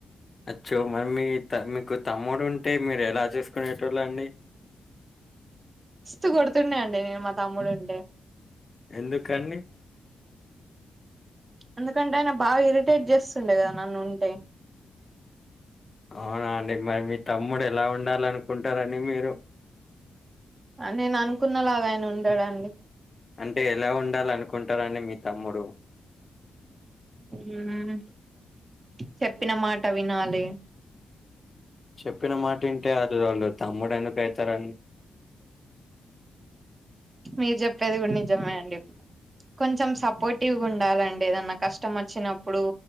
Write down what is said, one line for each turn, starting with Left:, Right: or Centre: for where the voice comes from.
Left: అచ్చో మరి మీ మీకు తమ్ముడు ఉంటే మీరు ఎలా చూసుకునేటోళ్ళ అండి
Right: మాస్తూ కొడుతున్నాయండి నేను మా తమ్ముడు ని
Left: ఎందుకు అన్నడి
Right: ఎందుకంటే ఆయన బాగా ఇరిటేట్ చేస్తుండే కదా నన్ను ఉంటే
Left: అవునా అండి మరి మీ తమ్ముడు ఎలా ఉండాల అనుకుంటారని మీరు
Right: నేను అనుకున్నలాగా ఆయన ఉండాడండి
Left: అంటే ఎలా ఉండాలి అనుకుంటారని మీ తమ్ముడు
Right: ఉమ్మ్ చెప్పిన మాట వినాలే
Left: చెప్పిన మాట ఇంటే అదు వాళ్ళు తమ్ముడు ఎందుకు అయితారు
Right: మీరు చెప్పేది కూడా నిజమాయండి కొంచెం సపోర్టివ్ ఉండాలండి ఏదన్నా కష్టం వచ్చినప్పుడు